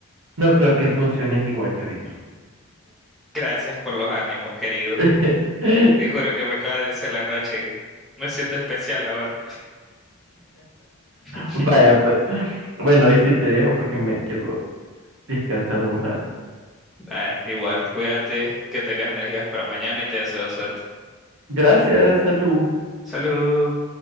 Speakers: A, on the right; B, in the centre.
A: no creo que funciones igual, cariño.
B: Gracias por los ánimos, querido.
A: <laughs>
B: Te juro que me acaba de hacer la noche. Me siento especial ahora. <laughs>
A: Vaya, pues. Bueno, ahí sí te dejo porque me quiero descansar un rato.
B: Ay, igual, cuídate, que tengas energías para mañana y te deseo suerte.
A: Gracias, salud.
B: Salud.